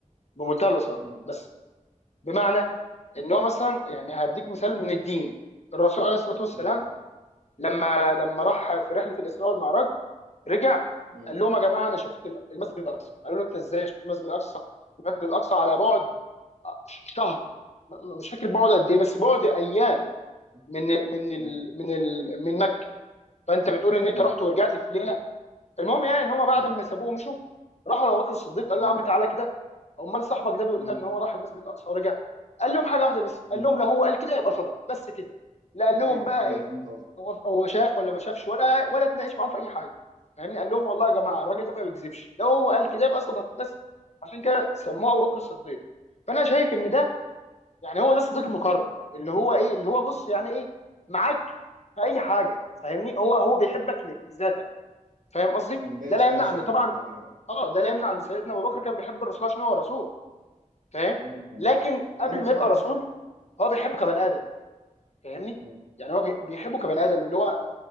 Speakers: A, on the left; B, on the right.
A: بمنتهى البساطه
B: مم.
A: بس بمعنى ان هو مثلا يعني هديك مثال من الدين الرسول عليه الصلاه والسلام
B: مم.
A: لما لما راح في رحله الاسراء والمعراج رجع
B: مم.
A: قال لهم يا جماعه انا شفت المسجد الاقصى قالوا له انت ازاي شفت المسجد الاقصى المسجد الاقصى على بعد شهر مش فاكر بعد قد ايه بس
B: مم.
A: بعد ايام
B: مم.
A: من ال من ال
B: مم.
A: من ال من مكه فانت بتقول ان انت
B: مم.
A: رحت ورجعت في ليله المهم يعني ان هم بعد
B: مم.
A: ما سابوه ومشوا راحوا لابو بكر الصديق قال
B: مم.
A: له يا عم تعالى كده امال صاحبك ده بيقول
B: مم.
A: لنا ان هو راح المسجد الاقصى ورجع قال لهم حاجه واحده بس قال
B: مم.
A: لهم لو هو قال كده يبقى صدق بس كده لا قال لهم
B: ايوه
A: بقى
B: ايوه
A: ايه
B: فهمت قصدي
A: هو هو شاف ولا ما شافش ولا ولا اتناقش معاهم في اي حاجه فاهمني قال لهم والله يا جماعه الراجل ده ما بيكذبش لو هو قال كده يبقى صدق بس عشان كده سموه ابو بكر الصديق فانا شايف ان ده يعني هو ده الصديق المقرب اللي هو ايه اللي هو بص يعني ايه معاك في اي حاجه فاهمني هو هو بيحبك ل- لذاتك فاهم قصدي
B: دايس
A: ده لا
B: في
A: يمنع
B: اي شيء
A: ان طبعا
B: ايوه
A: اه ده لا يمنع ان سيدنا ابو بكر كان بيحب الرسول عشان هو رسول فاهم
B: مم. مم.
A: لكن قبل
B: ايوه فاهم
A: ما يبقى
B: قصدي
A: رسول هو بيحبه كبني ادم فاهمني
B: مم.
A: يعني هو بي- بيحبه كبني
B: ما
A: ادم اللي هو